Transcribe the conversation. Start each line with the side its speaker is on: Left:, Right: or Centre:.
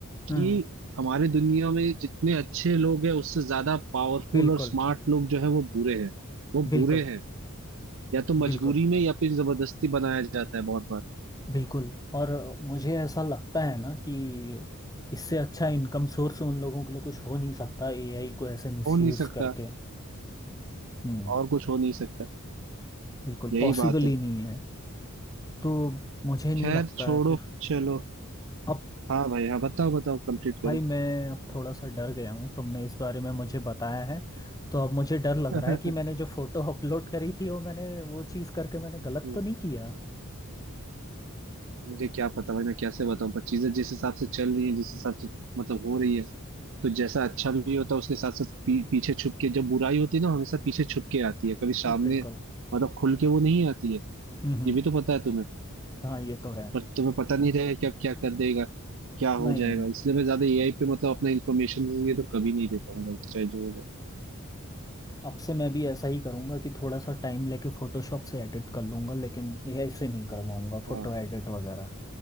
Left: हाँ
Right: कि हमारे दुनिया में जितने अच्छे लोग हैं उससे ज्यादा पावरफुल
Left: बिल्कुल
Right: और स्मार्ट लोग जो है वो बुरे हैं वो
Left: बिल्कुल
Right: बुरे हैं या तो मजबूरी
Left: बिल्कुल
Right: में या फिर जबरदस्ती बनाया जाता है बहुत बार
Left: बिल्कुल और अ, मुझे ऐसा लगता है ना कि इससे अच्छा इनकम सोर्स उन लोगों के लिए कुछ हो नहीं सकता एआई को ऐसे मिसयूज
Right: हो नहीं सकता
Left: करके हम्म
Right: और कुछ हो नहीं सकता
Left: बिल्कुल
Right: यही
Left: पॉसिबल
Right: बात
Left: ही
Right: है
Left: नहीं है तो मुझे नहीं
Right: खैर
Left: लगता
Right: छोड़ो
Left: है फिर
Right: चलो
Left: अब
Right: हाँ भाई हाँ बताओ बताओ कंप्लीट
Left: भाई
Right: करो
Left: मैं अब थोड़ा सा डर गया हूँ तुमने इस बारे में मुझे बताया है तो अब मुझे डर लग
Right: <laughs>
Left: रहा है कि मैंने जो फोटो <laughs> अपलोड करी थी वो मैंने वो चीज़ करके मैंने गलत
Right: हम्म,
Left: तो नहीं किया
Right: मुझे क्या पता भाई मैं कैसे बताऊं पर चीजें जिस हिसाब से चल रही हैं जिस हिसाब से मतलब हो रही है तो जैसा अच्छा भी होता है उसके साथ साथ पी, पीछे छुप के जब बुराई होती है ना हमेशा पीछे छुप के आती है कभी सामने
Left: बिल्कुल
Right: मतलब खुल के वो नहीं आती है
Left: हम्म हम्म,
Right: ये भी तो पता है तुम्हें
Left: हाँ ये तो है
Right: पर तुम्हें पता नहीं रहेगा कि अब क्या कर देगा क्या
Left: नहीं
Right: हो जाएगा इसलिए मैं ज्यादा एआई पे मतलब अपना इंफॉर्मेशन ये तो कभी नहीं देता हूँ भाई चाहे जो हो जाए
Left: अब से मैं भी ऐसा ही करूँगा कि थोड़ा सा टाइम लेके फोटोशॉप से एडिट कर लूँगा लेकिन ये ऐसे नहीं करवाऊँगा
Right: <laughs>
Left: फोटो
Right: हाँ
Left: एडिट वगैरह